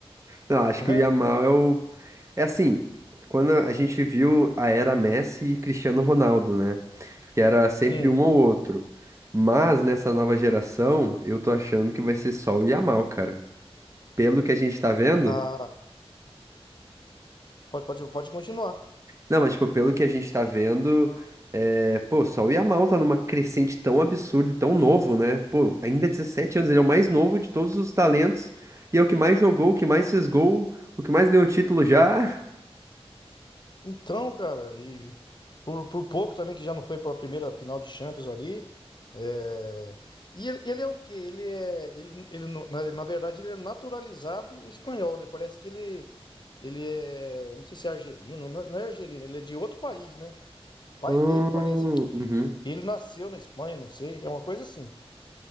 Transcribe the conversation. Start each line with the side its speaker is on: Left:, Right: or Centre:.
Right: Não, acho
Left: <laughs>
Right: que o Yamal é o. É assim, quando a gente viu a era Messi e Cristiano Ronaldo, né? Que era sempre
Left: Sim.
Right: um ou outro. Mas nessa nova geração, eu tô achando que vai ser só o Yamal, cara. Pelo que a gente tá vendo.
Left: Ah, pode, pode, pode continuar.
Right: Não, mas, tipo, pelo que a gente tá vendo, é... pô, só o Yamal tá numa crescente tão absurda e tão novo, né? Pô, ainda é 17 anos, ele é o mais novo de todos os talentos. E é o que mais jogou, o que mais fez gol, o que mais ganhou título já. <laughs>
Left: Então, cara, e por, por pouco também que já não foi para a primeira final de Champions ali. é, E ele, ele é o quê? Ele é. Ele, ele, não- na, na verdade, ele é naturalizado espanhol, né? Parece que ele, ele é. Não sei se é argelino, não não é argelino, ele é de outro país, né? pai
Right: Hum,
Left: dele parece que
Right: uhum.
Left: ele nasceu na Espanha, não sei. É uma coisa assim.